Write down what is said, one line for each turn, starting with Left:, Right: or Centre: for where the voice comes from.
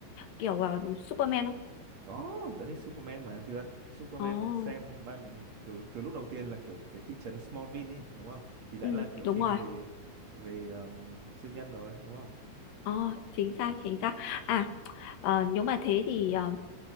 Left: kiểu uh, Superman không?
Right: có tớ thích Superman mà thực ra Superman
Left: Ồ,
Right: xem ban kiểu từ lúc đầu tiên là kiểu cái thị trấn Smallville ấy đúng không thì đã
Left: ừ,
Right: là kiểu
Left: đúng
Right: phim
Left: rồi.
Right: về về um, siêu nhân rồi đúng không
Left: Ồ, chính xác, chính xác. À, ờ, nếu mà thế thì ờ,